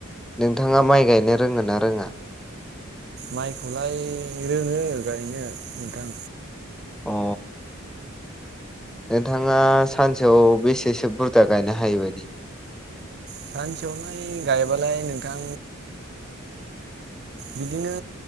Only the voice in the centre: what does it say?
नोंथाङा माइ गायनो रोंङो ना रोंङा?
अ नोंथाङा सानसेयाव बेसेसो बुरजा गायनो हायोबायदि?